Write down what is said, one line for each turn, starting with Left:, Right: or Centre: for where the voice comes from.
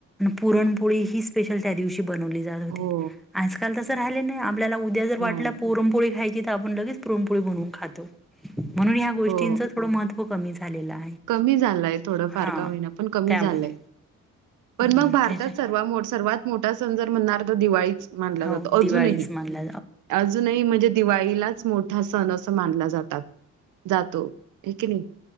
Centre: पुरणपोळी हि स्पेशल त्यादिवशी बनवली जात होती,
Right: हो
Centre: आजकाल तसं राहिलेले नही, आपल्याला उद्या जर वाटलं
Right: नाही
Centre: पुरणपोळी खायची तर आपण लगेच पुरणपोळी बनवून खातो, म्हणून या गोष्टींच
Right: हो
Centre: थोडं महत्व कमी झालेलं आहे.
Right: कमी झालाय थोडं फार
Centre: हा
Right: का होईना पण कमी
Centre: त्यामुळे
Right: झालंय पण
Centre: हं,
Right: मग भारतात
Centre: त्याच्या
Right: सर्वा मोठा, सर्वात मोठा सण जर म्हणणार तर दिवाळीच मानला जातो.
Centre: हो
Right: अजूनही
Centre: दिवाळीच मानला
Right: अजूनही म्हणजे दिवाळीलाच मोठा सण अस मानला जातात, जातो हेकी नाही?